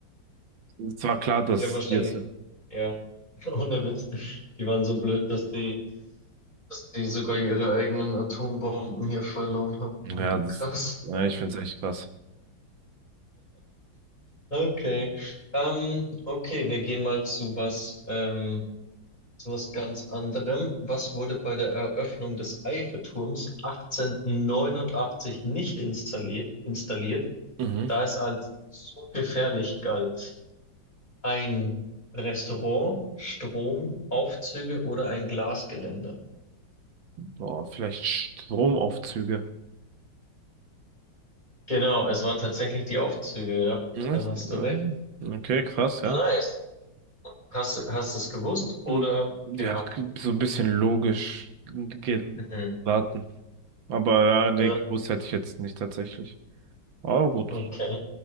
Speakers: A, on the right; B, on the left.
A: Es war klar, dass
B: Ja, wahrscheinlich.
A: wir es sind.
B: Ja, <laughs> ohne Witz. Die waren so blöd, dass die, dass die sogar ihre eigenen Atombomben hier verloren haben.
A: Ja,
B: <laughs>
A: das,
B: Krass.
A: ja, ich finde es echt krass.
B: Okay. Ähm, okay, wir gehen mal zu was. Ähm, zu was ganz anderem. Was wurde bei der Eröffnung des Eiffelturms 1889 nicht installiert, installiert,
A: Mhm.
B: da es als zu gefährlich galt? Ein Restaurant, Strom, Aufzüge oder ein Glasgeländer?
A: Boah, vielleicht Stromaufzüge.
B: Genau, es waren tatsächlich die Aufzüge, ja.
A: Ja,
B: Da
A: ich-
B: hast
A: ja.
B: du recht.
A: Okay, krass, ja.
B: Nice. Hast, du- hast du es gewusst oder
A: Mhm. Ja,
B: geraten?
A: so ein bisschen logisch geraten.
B: Mhm.
A: Aber ja, nee,
B: Ja,
A: gewusst hätte ich jetzt nicht tatsächlich. Aber gut.
B: okay.